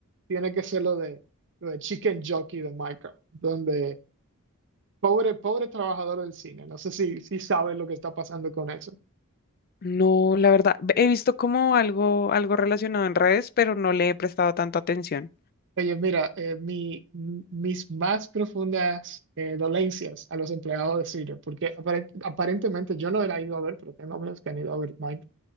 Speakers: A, on the right; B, on the left.
A: tiene que ser lo de, lo de Chicken Jockey de Minecraft, donde pobre, pobre trabajador del cine, no sé si, si sabes lo que está pasando con eso.
B: No, la verdad, he visto como algo, algo relacionado en redes, pero no le he prestado tanta atención.
A: Oye, mira, eh, mi, m- mis más profundas eh, dolencias a los empleados de cine, porque apare- aparentemente yo no la he ido a ver, pero tengo amigos que han ido a ver Minecraft